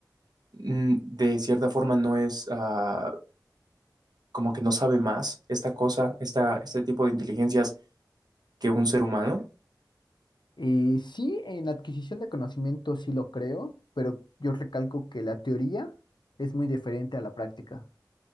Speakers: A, on the right (about 60°); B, on the left (about 80°).
A: mm, de cierta forma no es... ah, como que no sabe más esta cosa, esta, este tipo de inteligencias que un ser humano.
B: Eh, sí, en la adquisición de conocimiento sí lo creo, pero yo recalco que la teoría es muy diferente a la práctica.